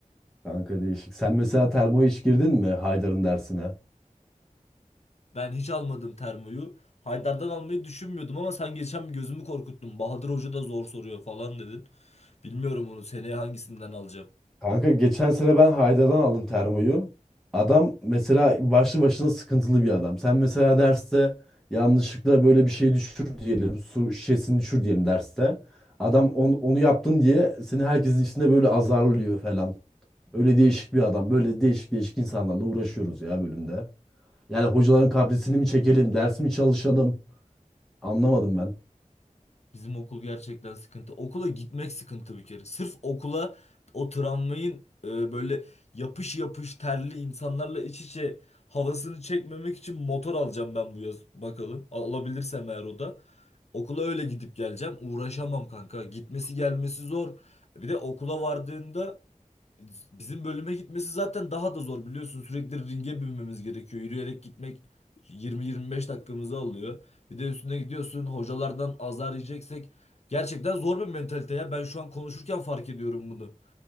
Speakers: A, in the centre; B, on the left (about 55°).
A: Kanka değişik. Sen mesela termo hiç girdin mi Haydar'ın dersine?
B: Ben hiç almadım termoyu. Haydar'dan almayı düşünmüyordum ama sen geçen bir gözümü korkuttun. Bahadır Hoca da zor soruyor falan dedin. Bilmiyorum onu seneye hangisinden alacağım.
A: Kanka geçen sene ben Haydar'dan aldım termoyu. Adam mesela başlı başına sıkıntılı bir adam. Sen mesela derste yanlışlıkla böyle bir şey düşür diyelim. Su şişesini düşür diyelim derste. Adam on- onu yaptın diye seni herkesin içinde böyle azarlıyor falan. Öyle değişik bir adam. Böyle değişik değişik insanlarla uğraşıyoruz ya bölümde. Yani hocaların kaprisini mi çekelim, ders mi çalışalım? Anlamadım ben.
B: Bizim okul gerçekten sıkıntı. Okula gitmek sıkıntı bir kere. Sırf okula o tramvayın e, böyle yapış yapış terli insanlarla iç içe havasını çekmemek için motor alacağım ben bu yaz bakalım. Al- Alabilirsem eğer o da. Okula öyle gidip geleceğim. Uğraşamam kanka. Gitmesi gelmesi zor. Bir de okula vardığında Bizim bölüme gitmesi zaten daha da zor biliyorsun. Sürekli ringe binmemiz gerekiyor. Yürüyerek gitmek 20-25 dakikamızı alıyor. Bir de üstüne gidiyorsun hocalardan azar yiyeceksek gerçekten zor bir mentalite ya. Ben şu an konuşurken fark ediyorum bunu.